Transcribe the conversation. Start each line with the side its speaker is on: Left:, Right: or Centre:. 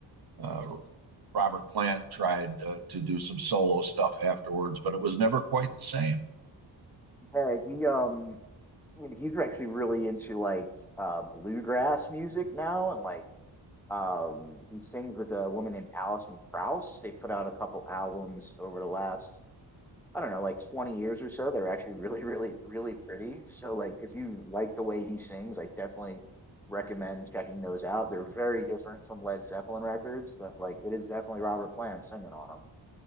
Right: uh, Robert Plant tried uh, to do some solo stuff afterwards, but it was never quite the same.
Centre: Yeah, he um he's actually really into like uh, bluegrass music now and like Um, he sings with a woman named Alison Krauss. they put out a couple albums over the last, I don't know, like 20 years or so. They're actually really, <laughs> really, really pretty. So, like, if you like the way he sings, I definitely recommend checking those out. They're very different from Led Zeppelin records, but like, it is definitely Robert Plant singing on them.